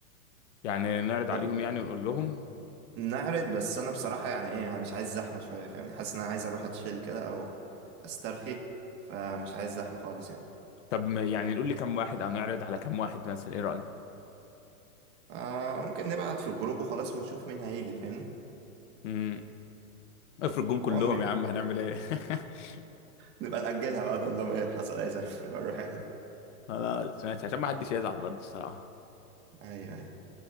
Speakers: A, on the left; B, on the right.
A: يعني نعرض
B: ب-
A: عليهم يعني ونقول لهم
B: نعرض بس انا بصراحه يعني ايه انا مش عايز زحمه شويه فاهمني حاسس ان انا عايز اروح اتشيل كده او استرخي فمش عايز زحمه خالص يعني
A: طب ما- يعني نقول لكم واحد او نعرض على كم واحد مثلا ايه رأيك
B: آه ممكن نبعت في الجروب وخلاص ونشوف مين هيجي فاهمني
A: امم افرض جم كلهم
B: هو م...
A: يا عم هنعمل ايه <laughs>
B: نبقى نأجلها بقى نقول لهم ايه حصل اي زف <laughs> نبقى نروح احنا
A: خلاص ماشي عشان ما حدش يزعل برضه الصراحة
B: ايوه ايوه